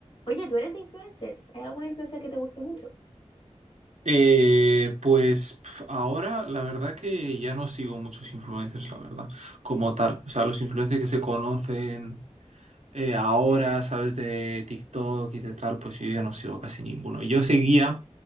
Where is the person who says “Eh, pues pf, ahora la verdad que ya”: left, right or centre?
Right